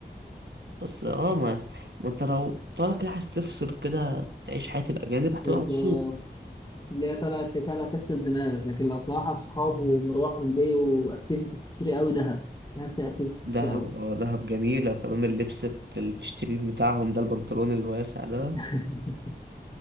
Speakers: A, on the right; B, on the left.
A: بس اه ما ما أنت لو طالع كده عايز تفصل كده تعيش حياة الأجانب هتبقى
B: بالظبط
A: مبسوط
B: اللي هي طالعه في طالعه تفصل دماغك لكن لو صراحه اصحاب ومروح وجاي واكتيفيتيز كتير قوي دهب دهب فيها اكتيفيتيز كتير
A: دهب
B: قوي
A: اه دهب جميلة وكمان اللبس بت- اللي بتشتريه بتاعهم ده البنطلون الواسع ده
B: <laughs>